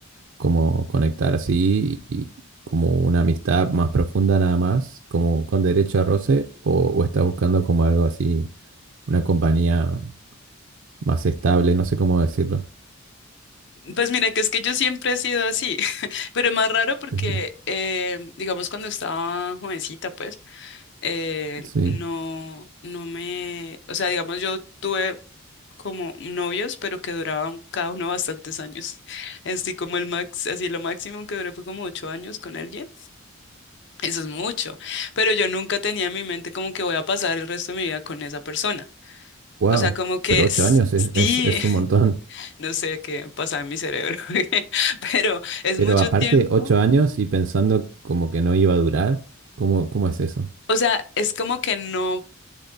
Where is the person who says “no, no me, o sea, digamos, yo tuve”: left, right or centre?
Left